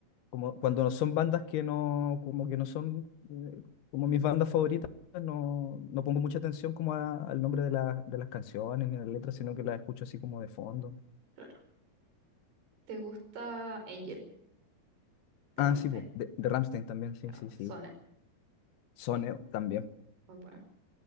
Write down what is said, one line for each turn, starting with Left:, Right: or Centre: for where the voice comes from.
Left: como cuando son bandas que no, como que no son eh, como mis bandas favoritas, no, no pongo mucha atención como a- al nombre de, la- de las canciones ni las letras, sino que las escucho así como de fondo.
Right: claro. ¿Te gusta Angel de
Left: Ah,
Right: Rammstein?
Left: sí, po, de, de Rammstein también, sí,
Right: Ah,
Left: sí, sí.
Right: Sonne,
Left: Son eh, también
Right: muy buena.